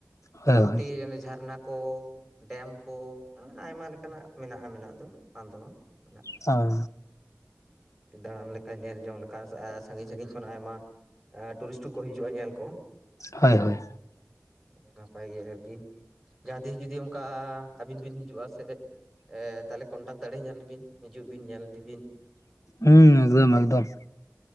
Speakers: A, in the centre; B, on the left.
A: ᱢᱚᱴᱟ
B: ᱦᱳᱭ
A: ᱢᱩᱩᱴᱤ
B: ᱦᱳᱭ
A: ᱡᱷᱟᱨᱱᱟ ᱠᱚ ᱰᱮᱢ ᱠᱚᱟᱱ ᱟᱭᱢᱟ ᱞᱮᱠᱟᱱᱟᱜ ᱢᱮᱱᱟᱜᱼᱟ ᱢᱮᱱᱟᱜ ᱫᱚ᱾ ᱵᱟᱸᱫ ᱢᱮᱱᱟᱜ
B: ᱦᱚᱸ
A: ᱫᱟᱬᱟᱱ ᱞᱮᱠᱟ ᱧᱮᱞ ᱡᱚᱝ ᱞᱮᱠᱟ ᱥᱟᱺᱜᱤᱧ ᱥᱟᱺᱜᱤᱧ ᱠᱷᱚᱱᱚᱱᱟᱜ ᱟᱭᱢᱟ ᱴᱩᱨᱤᱥᱴ ᱠᱚ ᱠᱚ ᱦᱤᱡᱩᱜᱼᱟ ᱧᱮᱞ ᱠᱚ
B: ᱦᱳᱭ ᱦᱳᱭ
A: ᱱᱟᱯᱟᱭ ᱜᱮ ᱟᱨᱠᱤ ᱡᱟᱦᱟᱸ ᱛᱤᱥ ᱡᱩᱫᱤ ᱚᱱᱠᱟ ᱟᱹᱵᱤᱱ ᱵᱤᱱ ᱦᱤᱡᱩᱜᱼᱟ ᱥᱮ ᱛᱟᱦᱚᱞᱮ ᱠᱚᱹᱱᱴᱟᱠᱴ ᱫᱟᱲᱮ ᱧᱟ ᱵᱤᱱ ᱦᱤᱡᱩᱜ ᱵᱤᱱ ᱧᱮᱞ ᱤᱫᱤ ᱵᱤᱱ ᱾
B: ᱦᱩᱸ ᱮᱠᱫᱚᱢ ᱮᱠᱫᱚᱢ